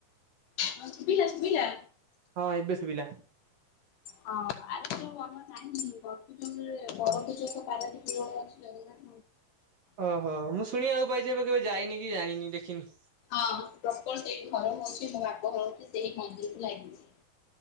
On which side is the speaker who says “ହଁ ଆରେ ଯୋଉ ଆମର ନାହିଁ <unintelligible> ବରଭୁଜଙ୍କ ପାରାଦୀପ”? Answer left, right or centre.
Left